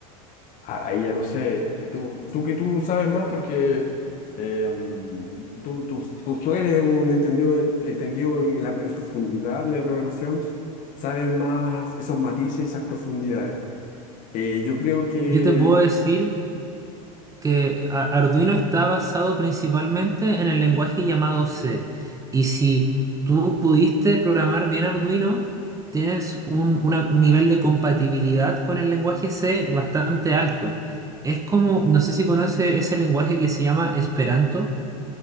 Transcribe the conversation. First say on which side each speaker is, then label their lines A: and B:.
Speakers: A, on the left (about 45°); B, on the right (about 20°).
A: a- Ahí ya no sé, eh, tú, tú que tú sabes más porque eh, mm, tú, tú, tú, tú eres un entendido, eh, entendido en, la, en profundidad de la programación, sabes más esos matices, esas profundidades. Eh, yo creo que
B: Yo te puedo decir que a- Arduino está basado principalmente en el lenguaje llamado C. Y si tú pudiste programar bien Arduino, tienes un, una- un nivel de compatibilidad con el lenguaje C bastante alto. Es como, no sé si conoce ese lenguaje que se llama Esperanto.